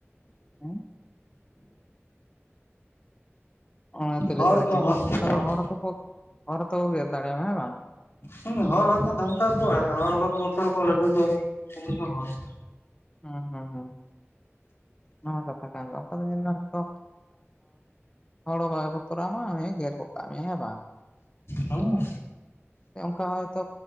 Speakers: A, on the left; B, on the left.
A: ᱦᱮᱸ ᱚᱱᱟᱛᱮ
B: ᱦᱚᱲ
A: ᱞᱟᱹᱭ ᱠᱟᱱᱟ
B: ᱠᱚ
A: ᱡᱮ
B: ᱦᱚᱸ
A: ᱚᱱᱠᱟ ᱫᱚ ᱦᱚᱲᱚ ᱠᱚ ᱦᱚᱲ ᱦᱚᱸᱛᱚ ᱠᱚ ᱜᱮᱨ ᱫᱟᱲᱮᱭᱟᱢᱟ ᱦᱮᱸ ᱵᱟᱝ
B: ᱦᱮᱸ ᱦᱚᱲ ᱦᱚᱸᱠᱚ ᱫᱷᱢᱠᱟᱣ ᱠᱚᱣᱟ ᱦᱚᱲ ᱦᱚᱸ ᱵᱟᱠᱚ ᱵᱚᱛᱚᱨ ᱟᱠᱚᱣᱟ <unintelligible>
A: ᱦᱩᱸ ᱦᱩᱸ ᱦᱩᱸ ᱱᱚᱣᱟ ᱠᱟᱛᱷᱟ ᱠᱟᱱ ᱜᱮᱭᱟ ᱚᱱᱠᱟ ᱫᱚ ᱧᱮᱞ ᱢᱮ ᱦᱚᱭᱛᱚ ᱦᱚᱲ ᱦᱚ ᱵᱟᱭ ᱵᱚᱛᱨ ᱟᱢᱟ ᱜᱮᱨ ᱜᱚᱫ ᱠᱟᱜ ᱢᱮᱭᱟ ᱦᱮᱸ ᱵᱟᱝ
B: ᱦᱩᱸ
A: ᱚᱱᱠᱟ ᱦᱚᱭᱛᱳ